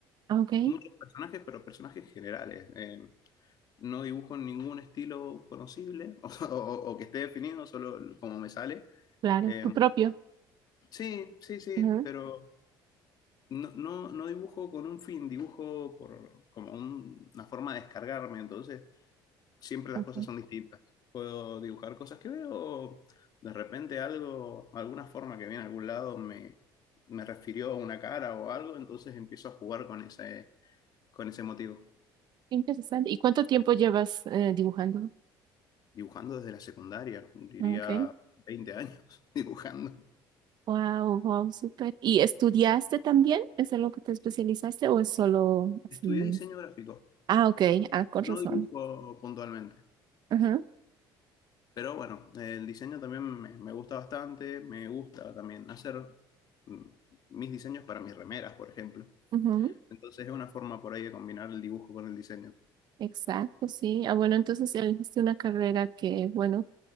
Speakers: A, on the right (about 50°); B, on the left (about 45°).
A: Ah, ok,
B: Muchos personajes, pero personajes generales. Eh, no dibujo ningún estilo conocible <laughs> o, o- o que esté definido, solo como me sale.
A: claro,
B: Eh,
A: tu propio.
B: sí, sí, sí,
A: Ujú,
B: pero no, no, no dibujo con un fin, dibujo por, como un- una forma de descargarme, entonces siempre las
A: ok,
B: cosas son distintas. Puedo dibujar cosas que veo, o de repente algo, alguna forma que viene a algún lado me, me refirió a una cara o algo, entonces empiezo a jugar con ese, con ese motivo.
A: Interesante. ¿Y cuánto tiempo llevas eh, dibujando?
B: dibujando desde la secundaria, diría
A: Ah, Ok.
B: 20 años <laughs> dibujando.
A: Wow, wow, súper. ¿Y estudiaste también? ¿Es en lo que te especializaste o es solo así?
B: Estudié diseño gráfico,
A: Ah, ok, ah, con
B: no
A: razón.
B: dibujo puntualmente,
A: Ajá,
B: pero bueno, el diseño también me, me gusta bastante, me gusta también hacer mm, mis diseños para mis remeras, por ejemplo.
A: ajá,
B: Entonces es una forma por ahí de combinar el dibujo con el diseño.
A: Exacto, sí. Ah, bueno, entonces elegiste una carrera que, bueno,